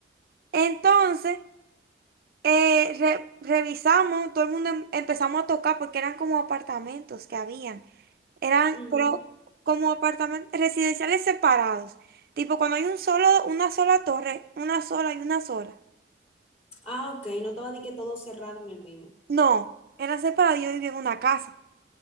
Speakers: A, on the right (about 55°); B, on the left (about 40°).
A: Entonces, eh, re- revisamos, todo el mundo em- empezamos a tocar porque eran como apartamentos que habían. Eran,
B: Ujú.
A: pero como apartamentos residenciales separados. Tipo, cuando hay un solo, una sola torre, una sola y una sola.
B: Ah, ok, no estaba de que todo cerrado en el mismo.
A: No, era separado, yo vivía en una casa.